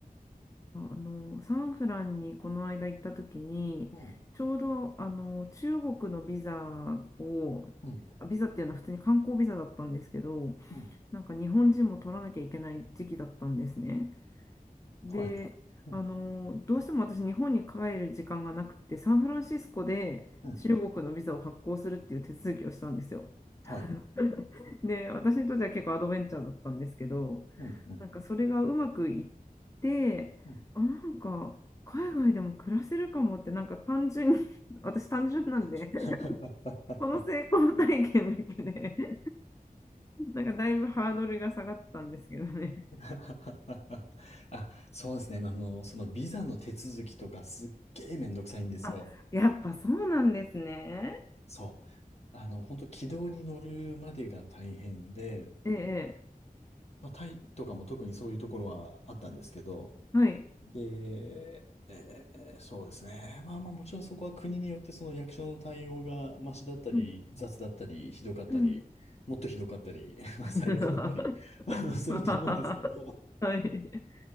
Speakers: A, on the left; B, on the left.
A: あのサンフランにこの間行った時にちょうどあの中国のビザを
B: うん、うん、
A: あビザっていうのは普通に観光ビザだったんですけど
B: うん、
A: なんか日本人も取らなきゃいけない時期だったんですね。で、
B: はい。うん、
A: あの、どうしても私、日本に帰る時間がなくて、サンフランシスコで中国のビザを発行するっていう手続きをしたんですよ。
B: うん、はい。
A: <laughs> で、私にとっては結構アドベンチャーだったんですけど、
B: うん、うん、
A: なんかそれがうまくいって、
B: うん。うん
A: あ、なんか海外でも暮らせるかもって、なんか単純に <laughs> 私単純なんで、
B: <laughs>
A: その成功体験だけで、なんかだいぶハードルが下がったんですけどね。
B: <laughs> あ、そうですね。あの、そのビザの手続きとかすっげえめんどくさいんですよ。
A: あ、やっぱそうなんですね。
B: そう。あの、本当軌道に乗るまでが大変で、
A: ええ、え
B: まあ、タイとかも特にそういうところはあったんですけど、
A: えはい。
B: で、えーそうですね。まあまあもちろんそこは国によってその役所の対応がマシだったり、
A: うん。
B: 雑だったり、ひどかったり、
A: うん。
B: もっとひどかったり、<laughs>
A: <laughs>
B: 最悪だったり、あの、すると思うんですけど、
A: はい。